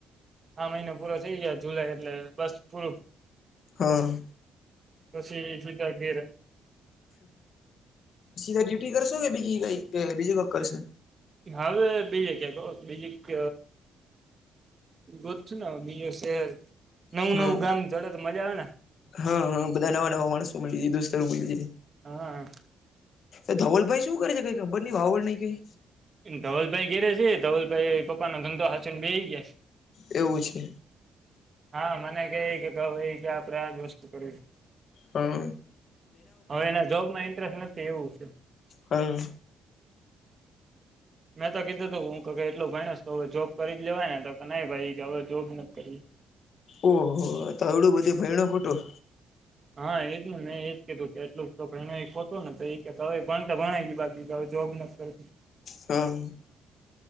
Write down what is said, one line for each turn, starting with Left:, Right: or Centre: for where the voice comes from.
Right: આ મહિનો પૂરો થઈ ગયા જુલાઈ એટલે બસ પૂરું
Left: હા
Right: પછી જોક ઘ ર
Left: સીધા ડ્યુટી કરશો કે બીજી કઈ કે બીજું ક કરશેો
Right: હવે બી જગ્યા કો બીજી ગ ન બીજો શહેર નવું
Left: હમ
Right: નવું ગામ જડે તો મજા આવે ને
Left: હા હા બધા નવા નવા માણસો મળી જ દુસ્ત મળાય
Right: હા
Left: એ ધવલભાઈ શું કરે છે કઈ ખબર ની વાાવડ નહી કઈ
Right: ધવલભાઈ ઘેરે છે ધવલભાઈ પપ નો ધંધો હચન બે ગયા છે
Left: એવું છે
Right: હા મને ક કે કહ એ કે આપણે આ જ વસ્તુ કરીશ
Left: હા
Right: હવે એના જોબમાં ઇન્ટરેસ્ટ નથી એવું છે
Left: હમ
Right: મેં તો કીધું હતું હું ક એટલો ભાઈ ને તો હવે જોબ કરી જ લેવાય ને તો કે નહી ભાઈ કે હવે જોબ નથી કરી
Left: ઓહ તોવડું બધી ભયણો ખોટો
Right: હા એજ ને મે એજ કીધું કે એટલું તો એતું ને ભ ભણાય ગ બાકી જોબ કરતી
Left: હમ